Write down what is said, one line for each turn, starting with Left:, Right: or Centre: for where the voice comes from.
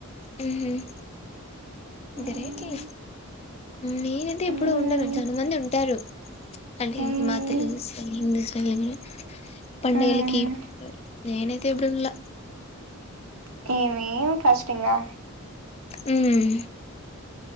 Left: ఉమ్
Right: మ్మ్
Left: గ్రేట్ లే నేనైతే
Right: మ్మ్
Left: ఇప్పుడు ఉండను చాలా మంది ఉంటారు అంటే
Right: మ్మ్
Left: మా తెలుగూస్ వాలు హిందూస్ <unintelligible> పండగలకి
Right: మ్మ్
Left: నేనైతే ఎబ్బుడిండ్లా
Right: <unintelligible> ఫస్ట్ ఇంగా
Left: ఉమ్